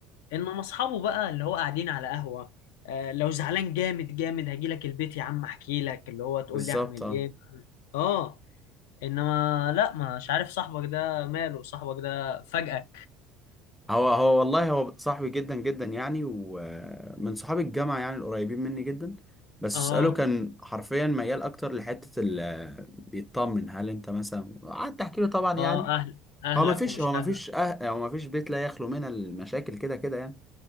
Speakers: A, on the left; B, in the centre.
A: انما اصحابه بقى اللي هو قاعدين على قهوه آه لو زعلان جامد جامد هجيلك البيت يا عم احكي لك اللي هو تقول
B: بالظبط
A: لي اعمل
B: اه
A: ايه اه انما لا مش عارف صاحبك ده ماله صاحبك ده فجأة
B: هو هو والله هو صاحبي جدا جدا يعني ومن صحاب الجامعه يعني القريبين مني جدا بس
A: اه
B: اساله كان حرفيا ميال اكتر لحته ال آه، بيطمن هل انت مثلا قعدت احكي له طبعا
A: اه
B: يعني
A: اهل اهلك
B: هو ما فيش
A: ومش
B: هو ما
A: اهلك
B: فيش أه... هو ما فيش بيت لا يخلو من المشاكل كده كده يعني